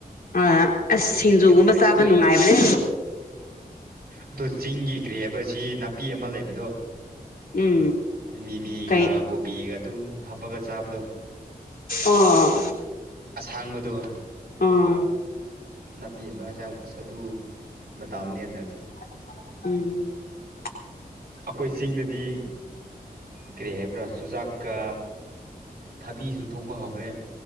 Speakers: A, on the left (about 65°); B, on the right (about 90°).
A: ꯑ ꯑꯁ ꯁꯤꯡꯖꯨꯒꯨꯝꯕ
B: ꯌꯥꯝ ꯐ꯭ꯔꯦꯁ
A: ꯆꯥꯕ ꯅꯨꯡꯉꯥꯏꯕꯅꯦ
B: ꯑꯗꯨꯣ ꯆꯤꯡꯒꯤ ꯀ꯭ꯔꯦ ꯍꯥꯏꯕ ꯁꯤ ꯅꯥꯄꯤ ꯑꯃ ꯂꯩꯕꯗꯣ
A: ꯎꯝ
B: ꯃꯤꯃꯤꯒ
A: ꯀꯩ
B: ꯀꯣꯕꯤꯒ ꯑꯗꯨꯝ ꯍꯥꯞꯄꯒ ꯆꯥꯕꯗꯣ
A: ꯑꯣ
B: ꯊꯥꯡꯕꯗꯣ
A: ꯑꯥ
B: ꯅꯥꯄꯤ ꯑꯃꯁ ꯑꯁ ꯑꯗꯨ ꯃꯇꯥꯅꯦ ꯍꯗꯛꯁꯤ
A: ꯍꯝ
B: ꯑꯩꯈꯣꯏ ꯆꯤꯡꯗꯗꯤ ꯀꯔꯤ ꯍꯥꯏꯕ꯭ꯔꯥ ꯆꯨꯖꯥꯛꯀ ꯊꯕꯤꯁꯨ ꯊꯣꯛꯄ ꯍꯧꯈ꯭ꯔꯦ